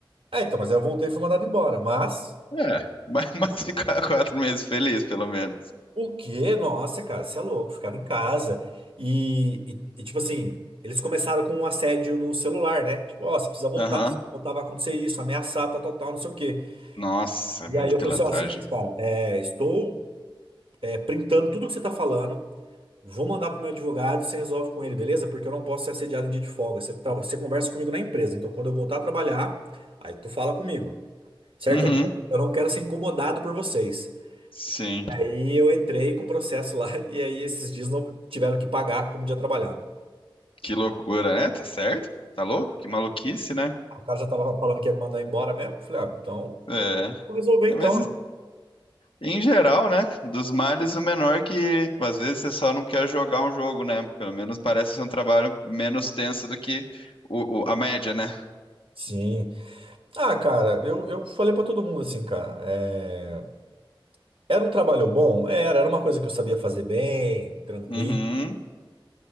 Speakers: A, on the right (about 80°); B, on the left (about 75°).
A: É, então, mas aí eu voltei e fui mandado embora. Mas.
B: É, mas, <laughs> mas ficar quatro meses feliz, pelo menos.
A: O quê? Nossa, cara, você é louco, ficava em casa. E, e- e, tipo assim, eles começaram com um assédio no celular, né? Tipo, ó, você precisa voltar,
B: Aham,
A: se não voltar vai acontecer isso, ameaçar, tal, tal, tal, não sei o quê.
B: Nossa,
A: E
B: é muito
A: aí eu
B: pilantragem.
A: falei assim, ó, seguinte, cara, é, estou é, printando tudo que você tá falando, vou mandar pro meu advogado, você resolve com ele, beleza? Porque eu não posso ser assediado em dia de folga. Você, tra- você conversa comigo na empresa, então quando eu voltar a trabalhar, aí tu fala comigo, certo?
B: Uhum,
A: Eu não, eu não quero ser incomodado por vocês.
B: sim,
A: Aí eu entrei com processo lá <laughs> e aí esses dias não tiveram que pagar como dia trabalhado.
B: que loucura, né? Tá certo? Tá louco? Que maluquice, né?
A: O cara já tava falando que ia me mandar embora mesmo. Falei, ah, então
B: É.
A: vou resolver então.
B: Mas Em geral, né? Dos males, o menor que às vezes você só não quer jogar um jogo, né? Pelo menos parece ser um trabalho menos tenso do que o, o- a média, né?
A: Sim. Ah, cara, eu, eu falei pra todo mundo assim, cara. é, Era um trabalho bom? Era, era uma coisa que eu sabia fazer bem, tranquilo.
B: Uhum.